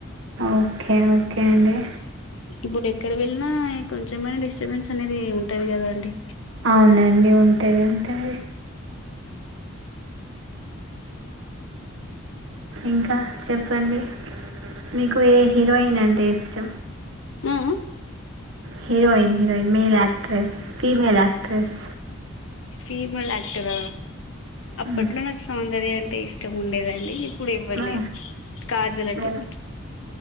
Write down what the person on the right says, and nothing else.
ఓకే ఓకే అండి
అవునండి ఉంటుంది ఉంటుంది ఇంకా చెప్పండి మీకు ఏ హీరోయిన్ అండి టేస్టాఆ
heroine heroine male actress female actress
మ్మ్.
మ-
మ-